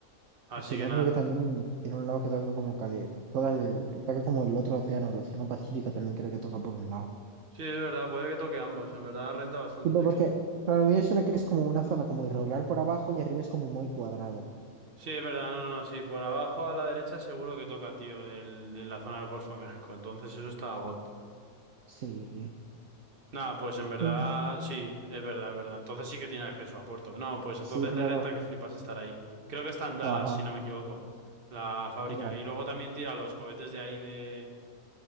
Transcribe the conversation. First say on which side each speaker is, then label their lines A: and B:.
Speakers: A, on the right (about 40°); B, on the right (about 65°).
A: así
B: Pues Si no,
A: que nada.
B: creo que también tiene un lado que toca como Cali, todo el, toca como el otro océano, el océano Pacífico también creo que toca por un lado.
A: Sí, es verdad, puede que toque ambos. En verdad renta bastante
B: Tipo,
A: Texas.
B: porque para mí es una que es como una zona como irregular por abajo y arriba es como muy cuadrado.
A: Sí, es verdad, no, no, sí, por abajo a la derecha seguro que toca, tío, del, de la zona del Golfo de México. Entonces eso está, go-
B: Sí.
A: Nada, pues en verdad,
B: Mm,
A: sí, es verdad, es verdad. Entonces sí que tiene acceso a puerto. No, pues
B: Sí,
A: entonces
B: claro.
A: le renta que flipas estar ahí. Creo que está en Dallas,
B: Ajá.
A: si no me equivoco, la fábrica.
B: Ya.
A: Y luego también tira los cohetes de ahí de,